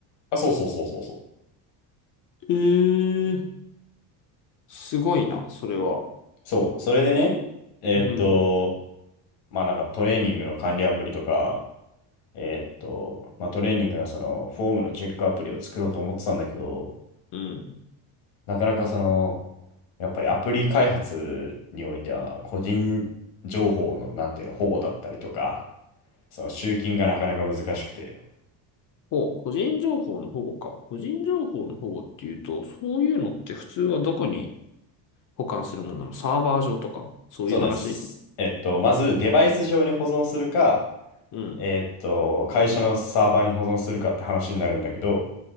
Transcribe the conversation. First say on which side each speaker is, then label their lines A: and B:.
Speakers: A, on the left; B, on the left.
A: あ、そうそうそうそうそう。
B: えー、すごいな、それは。
A: そう、それでね、えーっと、
B: うん。
A: まあなんかトレーニングの管理アプリとか、えーっと、まあ、トレーニングのそのフォームのチェックアプリを作ろうと思ってたんだけど、
B: うん。
A: なかなかその、やっぱりアプリ開発においては個人情報の、なんていうの、保護だったりとか、その集金がなかなか難しくて。
B: ほ個人情報の保護か。個人情報の保護っていうと、そういうのって普通はどこに保管するものなのサーバー上とかそういう話
A: そうです。えっと、まずデバイス上に保存するか、
B: うん。
A: えっと、会社のサーバーに保存するかって話になるんだけど、